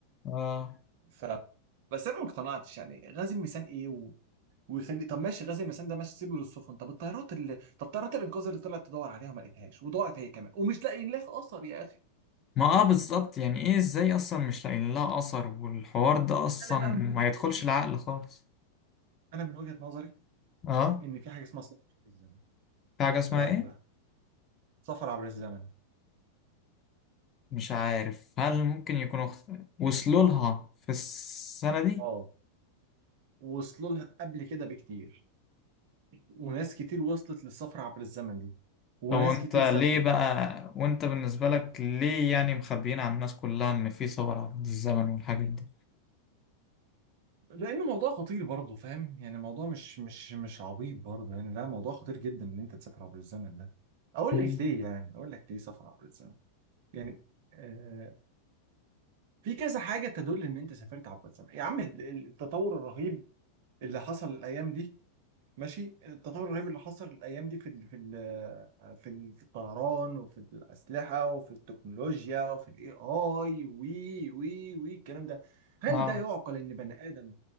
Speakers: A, on the left; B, on the right.
A: اه
B: ف بس أنا ما اقتنعتش يعني غاز الميثان إيه و... ويخلي طب ماشي غاز الميثان ده ماشي سيبه للسفن طب الطيارات اللي طب طيارات الإنقاذ اللي طلعت تدور عليها وما لقيتهاش وضاعت هي كمان ومش لاقيين لها أثر يا أخي
A: ما اه بالظبط يعني ايه ازاي اصلا مش لاقيين لها اثر والحوار ده اصلا
B: أنا بقى
A: ما
B: من وجهة
A: يدخلش
B: نظري
A: العقل خالص
B: أنا من وجهة نظري
A: اه
B: إن في حاجة اسمها سفر عبر الزمن
A: في حاجه اسمها
B: إيه رأيك
A: ايه
B: بقى؟ سفر عبر الزمن
A: مش عارف هل ممكن يكونوا اخت- وصلوا لها في السنه دي
B: أه وصلوا لها قبل كده بكتير وناس كتير وصلت للسفر عبر الزمن دي وناس
A: طب انت
B: كتير
A: ليه
B: سافرت
A: بقى وانت بالنسبه لك ليه يعني مخبيين عن الناس كلها ان في ثوره في الزمن والحاجات دي
B: لان موضوع خطير برضه فاهم يعني موضوع مش مش مش عبيط برضه يعني لا موضوع خطير جدا ان انت تسافر عبر الزمن ده اقول
A: مم.
B: لك ليه يعني اقول لك ليه سفر عبر الزمن يعني آه في كذا حاجه تدل ان انت سافرت عبر الزمن يا عم ال- ال- التطور الرهيب اللي حصل الايام دي ماشي التطور الرهيب اللي حصل الايام دي في ال في ال في ال- في الطيران وفي الاسلحه وفي التكنولوجيا وفي الاي اي وي وي وي الكلام ده هل
A: اه
B: ده يعقل ان بني ادم